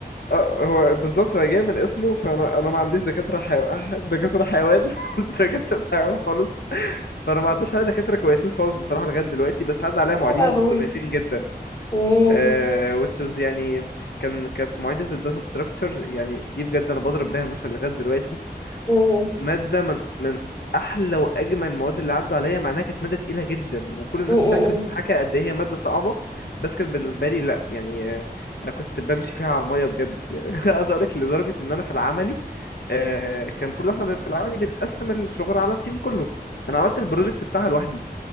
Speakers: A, on the left; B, on the left.
A: اه هو بالظبط هو جاي من اسمه فانا انا ما عنديش دكاتره حيوان دكاتره حيوان <laughs> دكاتره حيوان خالص فانا ما عداش عليا دكاتره كويسين خالص بصراحه لغايه دلوقتي بس عدى عليا معيدين
B: يا لهوي
A: كويسين جدا
B: مم.
A: آه which is يعني كان كانت معيده الداتا ستراكشر يعني دي بجد انا بضرب بيها المثل لغايه دلوقتي
B: مم.
A: مادة من من أحلى وأجمل المواد اللي عدوا عليا مع إنها كانت مادة تقيلة جدا وكل الناس
B: مم.
A: بتحكي
B: مم.
A: وتتحكى قد إيه هي مادة صعبة بس كانت بالنسبة لي لأ يعني آه، أنا كنت بمشي فيها على المية بجد يعني <laughs> عايز أقول لك لدرجة إن أنا في العملي آه، كان المفروض إحنا بن- في العملي بنقسم الشغل على التيم كله أنا عملت البروجكت بتاعها لوحدي